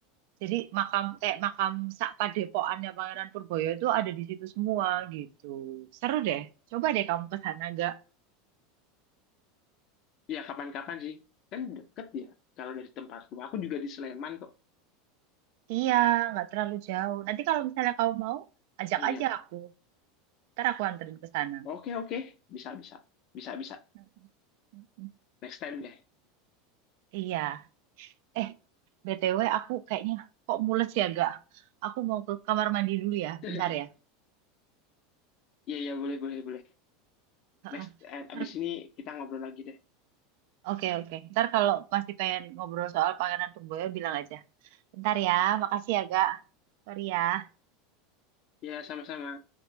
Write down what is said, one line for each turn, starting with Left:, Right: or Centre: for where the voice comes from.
Right: Jadi makam kayak makam sak padepokannya Pangeran Purboyo itu ada di situ semua gitu. Seru deh. Coba deh kamu ke sana gak?
Left: Ya kapan-kapan sih, kan deket ya. Kalau dari tempatku, aku juga di Sleman kok.
Right: Iya, nggak terlalu jauh. Nanti kalau misalnya kamu mau, ajak
Left: Iya,
Right: aja aku. Ntar aku anterin ke sana.
Left: oke oke, bisa bisa, bisa bisa.
Right: Mm-mm. Mm-mm.
Left: Next time deh.
Right: Iya. Eh, BTW aku kayaknya kok mules ya gak? Aku mau ke kamar mandi dulu ya.
Left: <laughs>
Right: Bentar ya.
Left: Iya iya boleh boleh boleh.
Right: Heeh.
Left: Next, eh,
Right: Ntar-
Left: abis ini kita ngobrol lagi deh.
Right: Oke, oke. Ntar kalau masih pengen ngobrol soal Pangeran Purboyo, bilang aja. Bentar ya, makasih ya, Kak. Sorry ya.
Left: Iya sama-sama.